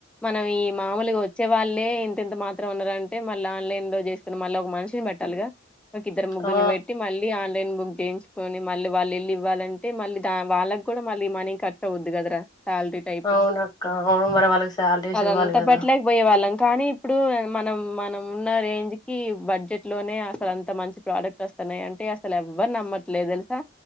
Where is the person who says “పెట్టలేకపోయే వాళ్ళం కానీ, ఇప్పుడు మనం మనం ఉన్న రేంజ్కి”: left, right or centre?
Centre